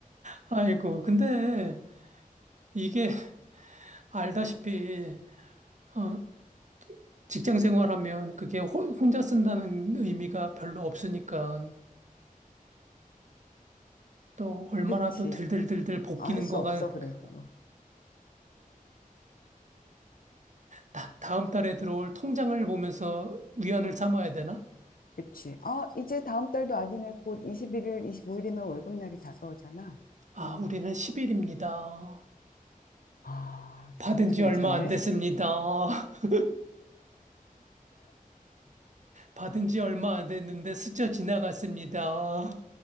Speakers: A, on the right (about 55°); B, on the left (about 75°).
A: 아이고, 근데, 이게 <laughs> 알다시피, 어, 직장 생활하면 그게 호- 혼자 쓴다는 의미가 별로 없으니까 또 얼마나
B: 그치.
A: 또 들들들들 볶이는
B: 아, 할 수
A: 거가
B: 없어,
A: 그-
B: 그래도.
A: 다, 다음 달에 들어올 통장을 보면서 위안을 삼아야 되나?
B: 그치. 아, 이제 다음 달도 아니네. 곧 21일, 25일이면 월급날이 다가오잖아.
A: 아,
B: 음.
A: 우리는 10일입니다.
B: 아,
A: 받은
B: 그것도
A: 지
B: 괜찮네.
A: 얼마 안 됐습니다. <laughs> 받은 지 얼마 안 됐는데 스쳐 지나갔습니다.